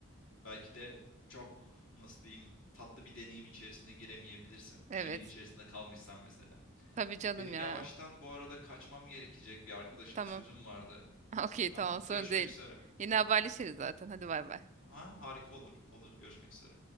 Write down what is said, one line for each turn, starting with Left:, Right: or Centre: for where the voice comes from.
Left: Belki de çok nasıl diyeyim tatlı bir deneyim içerisine giremeyebilirsin. Şehir
Right: Evet.
Left: içerisinde kalmışsan mesela.
Right: Tabii canım
Left: Benim yavaştan
Right: ya.
Left: bu arada kaçmam gerekecek. Bir arkadaşıma
Right: Tamam.
Left: sözüm vardı.
Right: <laughs> Okey
Left: Tamam,
Right: tamam sorun
Left: görüşmek
Right: değil.
Left: üzere.
Right: Yine haberleşiriz zaten. Hadi bay bay.
Left: Ha, harika olur. Olur, görüşmek üzere.